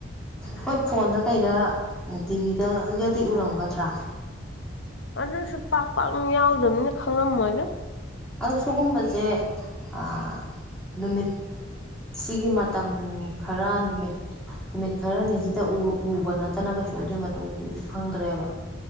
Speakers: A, in the centre; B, on the left (about 75°).
A: ꯍꯣꯏ ꯐꯣꯟꯗ ꯀꯩꯗ ꯇꯤꯚꯤꯗꯒ ꯑꯗꯨꯗꯗꯤ ꯎꯔꯝꯒꯗ꯭ꯔꯥ
B: ꯑꯗꯨꯁꯨ ꯄꯥꯛ ꯄꯥꯛꯅ ꯌꯥꯎꯗꯕꯅꯤꯅ ꯈꯪꯉꯝꯃꯣꯏꯗ
A: ꯑꯗꫭ ꯁꯨꯒꯨꯝꯕꯁꯦ ꯑꯥ ꯅꯨꯃꯤꯠ ꯁꯤꯒꯤ ꯃꯇꯝ ꯈꯔ ꯅꯨꯃꯤꯠ ꯅꯨꯃꯤꯠ ꯈꯔꯅꯤꯁꯤꯗ ꯎ ꯎꯕ ꯅꯠ ꯇꯅ ꯀꯩꯁꯨ ꯑꯗꯨꯏ ꯃꯇꯨꯡꯗꯗꯤ ꯎ ꯐꯪꯗ꯭ꯔꯦꯕ